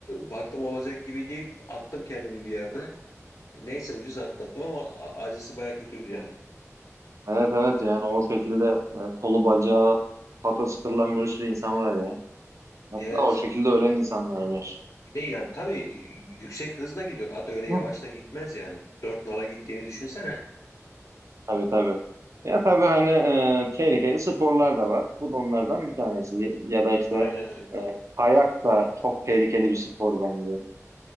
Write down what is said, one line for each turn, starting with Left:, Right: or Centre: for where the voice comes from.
Left: baktım olacak gibi değil. Attım kendimi bir yerde. Neyse ucuz atlattım ama a- acısı baya kötüydü yani.
Right: Evet evet yani o şekilde e, kolu bacağı patası kırılan bir sürü insan var ya. Hatta
Left: Evet.
Right: o şekilde ölen insanlar var.
Left: Bir de yani tabii yüksek hızla gidiyor. At öyle
Right: Hı.
Left: yavaş da gitmez yani. Dört nala gittiğini düşünsene.
Right: Tabii tabii. Ya tabii hani e, tehlikeli sporlar da var. Bu da onlardan bir tanesi. Ya ya da işte
Left: Aynen öyle.
Right: e, kayak da çok tehlikeli bir spor bence.